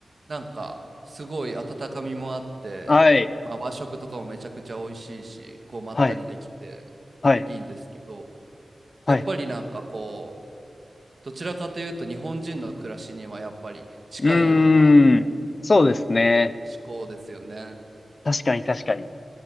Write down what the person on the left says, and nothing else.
はい。
はい、はい、
はい。
うーん。そうですね。
確かに、確かに。